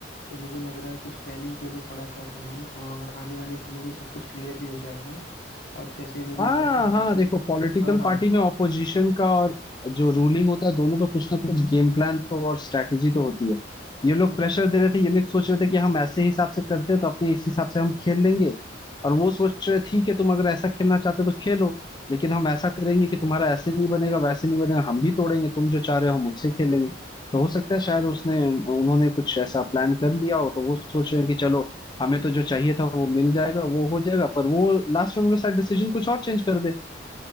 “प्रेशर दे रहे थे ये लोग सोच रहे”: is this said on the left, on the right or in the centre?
Left